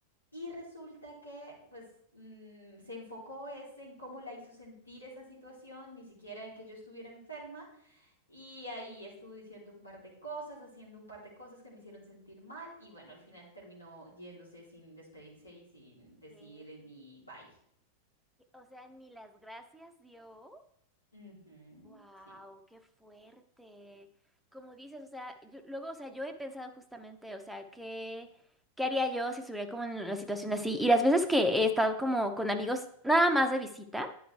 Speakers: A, on the left (about 80°); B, in the centre.
A: y resulta que pues mm, se enfocó es en cómo la hizo sentir esa situación, ni siquiera en que yo estuviera enferma y ahí estuve diciendo un par de cosas, haciendo un par de cosas que me hicieron sentir mal y bueno, al final terminó yéndose sin despedirse y sin decir
B: ¿Qué?
A: ni bye.
B: O sea, ni las gracias dio.
A: Ujú,
B: Wow,
A: Sí.
B: qué fuerte. Como dices, o sea, yo- luego, o sea, yo he pensado justamente, o sea, ¿qué, qué haría yo si estuviera como en una situación así? Y las veces que he estado como con amigos nada más de visita.